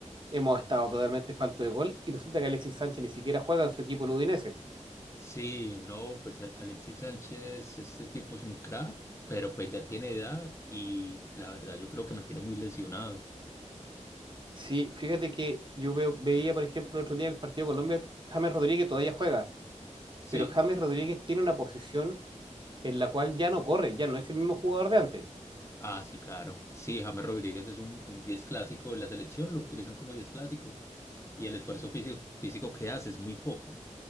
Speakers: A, on the right; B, on the left.
A: hemos estado totalmente falto de gol y resulta que Alexis Sánchez ni siquiera juega en su equipo el Udinese.
B: sí, no, pues Al- Alexis Sánchez, este tipo es un crack, pero pues ya tiene edad y la verdad yo creo que mantiene muy lesionado.
A: Sí, fíjate que yo veo- veía, por ejemplo, el otro día en el partido de Colombia, James Rodríguez todavía juega,
B: Sí.
A: pero James Rodríguez tiene una posición en la cual ya no corre, ya no es el mismo jugador de antes.
B: Ah, sí, claro. Sí, James Rodríguez es un, un 10 clásico de la selección, lo utilizan como 10 clásico y el esfuerzo físico, físico que hace es muy poco.